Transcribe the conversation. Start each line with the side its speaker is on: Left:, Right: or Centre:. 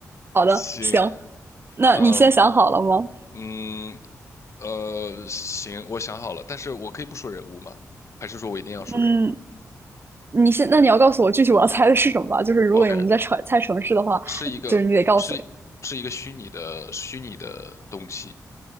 Right: 好的，
Left: 行，
Right: 行，那你先想好了吗？
Left: 嗯嗯呃，行，我想好了，但是我可以不说人物吗？还是说我一定要说人物
Right: 嗯，你现那你要告诉我具体我要猜的是什么吧？就是如果我们在猜猜城市的话，
Left: ？OK，是一个是
Right: 就是你得告诉
Left: 是一个虚拟的虚拟的东西，